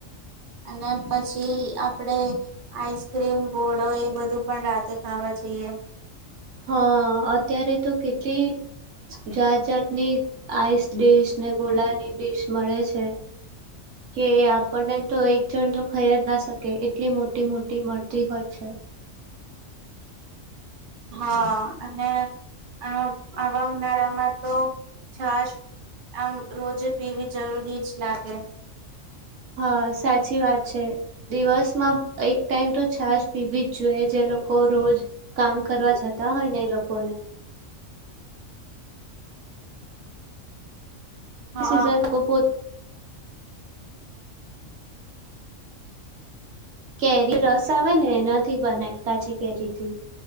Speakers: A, on the right; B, on the right.
A: અને પછી આપડે આઈસક્રીમ ગોળો એ બધું પણ રાતે ખાવા જઈએ.
B: હા અત્યારે તો કેટલી જાત જાતની આઈસ ડીશ ને ગોલાની ડીશ મળે છે કે આપણને તો એક જણ તો ખાય જ ના શકે એટલી મોટી મોટી મળતી હોય છે.
A: હા અને આ આવા ઉનાળામાં તો છાસ આમ રોજે પીવી જરૂરી જ લાગે.
B: હા સાચી વાત છે દિવસમાં એક ટાઈમ તો છાશ પીવી જ જોઈએ જે લોકો રોજ કામ કરવા જતા હોય ને એ લોકોને.
A: હા
B: એ સીઝન કો બો કેરી રસ આવે ને એનાથી બનાય કાચી કેરીથી